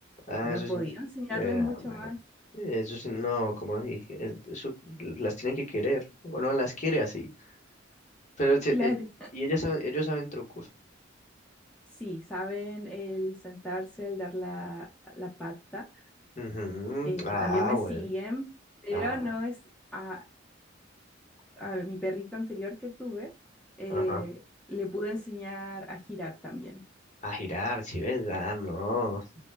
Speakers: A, on the left; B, in the centre.
A: Ah,
B: no
A: eso
B: he podido
A: sí.
B: enseñarles
A: Eh,
B: mucho
A: madre.
B: más.
A: Eso sí, no, como dije, es- eso las tienen que querer. Bueno, las quiere así. Pero
B: <laughs>
A: se-
B: Claro,
A: eh, y ellas saben- ellos saben trucos.
B: sí, saben el sentarse, el dar la, la pata.
A: Ujú.
B: Eh,
A: Ah,
B: también me
A: bueno.
B: siguen, pero
A: Ah,
B: no es a, a mi perrito anterior que tuve, eh,
A: ajá.
B: le pude enseñar a girar también.
A: A girar, si ves. Ah, no. Esto